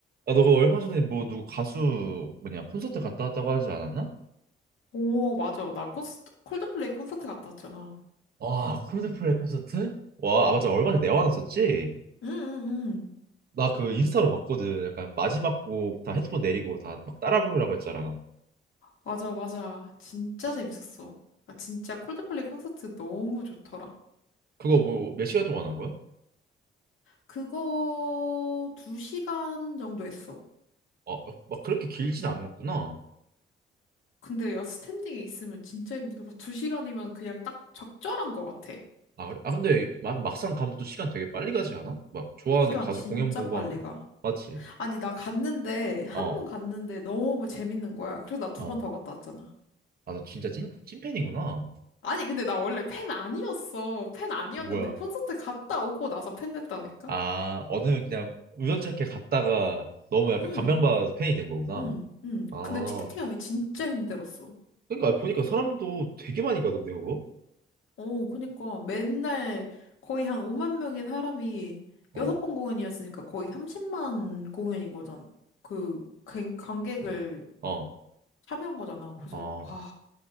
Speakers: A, on the right; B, on the left.
A: 아, 너 그거 얼마 전에 뭐 누구 가수 뭐냐 콘서트 갔다 왔다고 하지 않았나?
B: 오, 맞아. 나 콘스, 콜드플레이 콘서트 갔다 왔잖아.
A: 와, 콜드플레이 콘서트? 와, 아 맞아 얼마 전에 내화 났었지?
B: 응, 응, 응.
A: 나 그 인스타로 봤거든. 약간 마지막 곡 다 헤드폰 내리고 다 막 따라 부르라고 했잖아.
B: 맞아, 맞아. 진짜 재밌었어. 아, 진짜 콜드플레이 콘서트 너무 좋더라.
A: 그거 뭐 몇 시간 동안 한 거야?
B: 그거 두시간 정도 했어.
A: 아, 아, 막 그렇게 길진 않았구나.
B: 근데 야, 스탠딩에 있으면 진짜 힘들어. 두시간이면 그냥 딱 적절한 것 같아.
A: 아, 그래? 아 근데 막 막상 가면 또 시간 되게 빨리 가지 않아? 막 좋아하는
B: 시간
A: 가수
B: 진짜
A: 공연 보고
B: 빨리
A: 하면
B: 가.
A: 맞지?
B: 아니, 나 갔는데, 한
A: 어,
B: 번 갔는데 너무 재밌는 거야. 그래서 나 두
A: 어.
B: 번 더 갔다 왔잖아.
A: 아 너 진짜 찐 찐팬이구나.
B: 아니, 근데 나 원래 팬 아니었어. 팬 아니었는데
A: 뭐야?
B: 콘서트 갔다 오고 나서 팬 됐다니까?
A: 아, 어느 그냥 우연찮게 갔다가 너무 약간
B: 응,
A: 감명받아서 팬이 된 거구나.
B: 응, 응.
A: 아,
B: 근데 티켓팅하기 진짜 힘들었어.
A: 그러니까 보니까 사람도 되게 많이 가던데 그거?
B: 어, 그니까 맨날 거의 한 5만 명의 사람이
A: 어,
B: 여섯 번 공연이었으니까 거의 30만 공연인 거잖아. 그 관- 관객을
A: 어, 어,
B: 참여한 거잖아. 그래서
A: 어.
B: 와,